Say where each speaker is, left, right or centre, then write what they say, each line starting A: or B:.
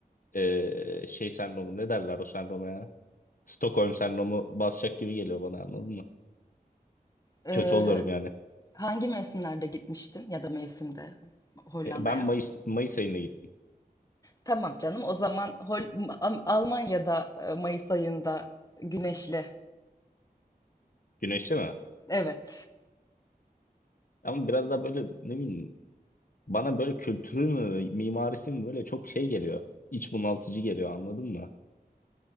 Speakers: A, on the left (about 60°); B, on the left (about 20°).
A: e, şey sendromu ne derler o sendroma ya? Stockholm sendromu basacak gibi geliyor bana anladın mı?
B: Ee,
A: Kötü oluyorum yani.
B: hangi mevsimlerde gitmiştin ya da mevsimde Hollanda'ya?
A: E, ben Mayıs Mayıs ayında gittim.
B: Tamam canım. O zaman Hol Am- Almanya'da e, Mayıs ayında güneşli.
A: Güneşli mi?
B: Evet.
A: Ama biraz daha böyle ne bileyim Bana böyle kültürü mü, mimarisi mi böyle çok şey geliyor. İç bunaltıcı geliyor anladın mı?